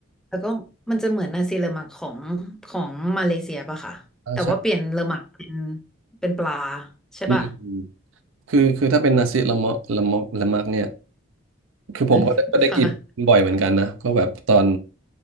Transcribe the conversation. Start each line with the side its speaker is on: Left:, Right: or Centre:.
Centre: แล้วก็มันจะเหมือนนาซีเลอมักของของมาเลเซียป่ะค่ะแต่ว่าเปลี่ยนเลอมักเป็น
Right: อ่าใช่
Centre: เป็นปลาใช่ป่ะ
Right: อืมคือคือถ้าเป็นนาซิละเมาะละเมาะละมักเนี่ย คือผมก็ได้ก็ได้กินบ่อยเหมือนกันนะก็แบบตอน
Centre: <laughs> ค่ะ